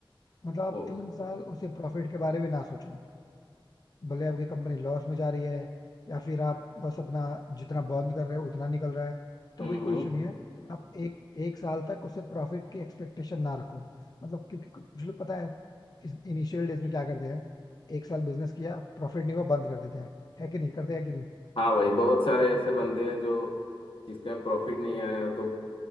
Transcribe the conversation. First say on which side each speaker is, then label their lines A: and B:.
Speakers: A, on the left; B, on the left.
A: मतलब आप
B: ओ
A: तीन
B: भाई
A: साल उसे प्रॉफिट के बारे में ना सोचो भले आपकी कंपनी लॉस में जा रही है या फिर आप बस अपना जितना बर्न कर रहे हो उतना निकल रहा है तो
B: हम्म
A: भी कोई
B: हम्म
A: इशू नहीं है आप एक एक साल तक उसे प्रॉफिट की एक्सपेक्टेशन ना रखो मतलब क्योंकि कुछ लोग पता है इनिशियल डेज में क्या करते हैं एक साल बिजनेस किया प्रॉफिट नहीं हुआ बंद कर देते हैं है कि नहीं करते हैं कि नहीं
B: हाँ भाई बहुत सारे ऐसे बंदे हैं जो जिसका प्रॉफिट नहीं आया तो